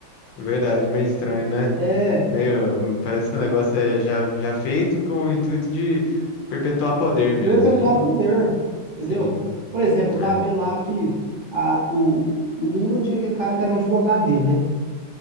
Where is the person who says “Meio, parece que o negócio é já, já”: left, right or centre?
Left